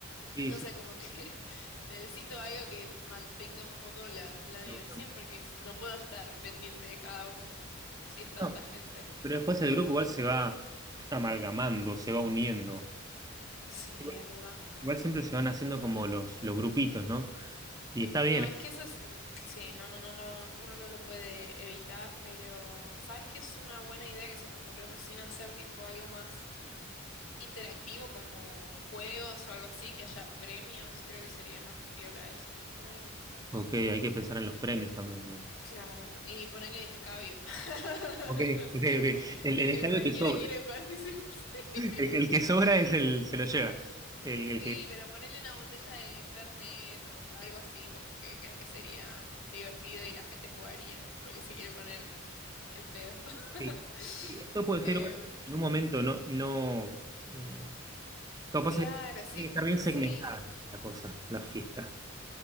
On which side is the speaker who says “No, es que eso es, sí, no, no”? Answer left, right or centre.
Left